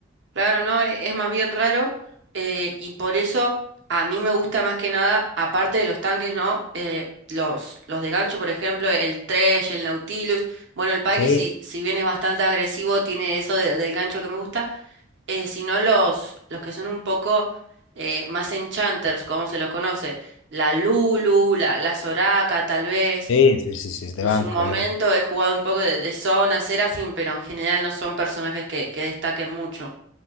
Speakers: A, on the right; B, on the left.
A: Claro, no, e- es más bien raro eh, y por eso a mí me gusta más que nada, aparte de los tanques, ¿no? Eh, los, los de gancho, por ejemplo, el Thresh, el Nautilus, bueno, el Pike,
B: Sí,
A: si, si bien es bastante agresivo, tiene eso de- del gancho que me gusta, eh, sino los, los que son un poco eh, más enchanters, como se los conoce, la Lulu, la, la Soraka, tal vez.
B: sí, sí, sí, sí, de
A: En
B: banco.
A: su momento he jugado un poco de, de Zona, Seraphine, pero en general no son personajes que, que destaquen mucho.